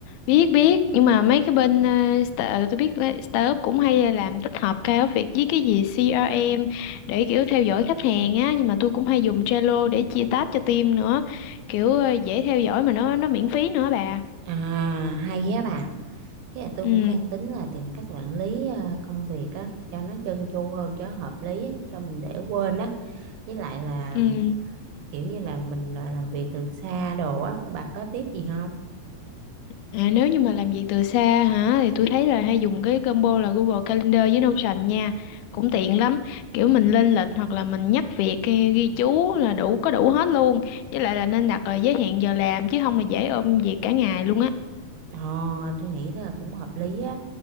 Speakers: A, on the left; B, on the right.
A: biết biết nhưng mà mấy cái bên uh, start, tôi biết là startup cũng hay ờ, làm tích hợp cao việc với cái gì CRM để kiểu theo dõi khách hàng á nhưng mà tôi cũng hay dùng Trello để chia task cho team nữa kiểu ờ, dễ theo dõi mà nó nó miễn phí nữa bà
B: à hay á bà Với là tôi
A: ừ
B: cũng đang tính là tìm cách quản lý ờ, công việc á cho nó trơn tru hơn cho nó hợp lý á, cho mình để quên á với lại là
A: ừ
B: kiểu như là mình ờ, làm việc từ xa đồ á bà có tiếp gì không?
A: À, nếu như mà làm việc từ xa hả thì tôi thấy là hay dùng cái combo là Google Calendar với Notion nha cũng tiện lắm kiểu mình lên lịch hoặc là mình nhắc việc hay ghi chú là đủ có đủ hết luôn với lại là nên đặt là giới hạn giờ làm chứ không là dễ ôm việc cả ngày luôn á
B: Ờ tôi nghĩ là cũng hợp lý á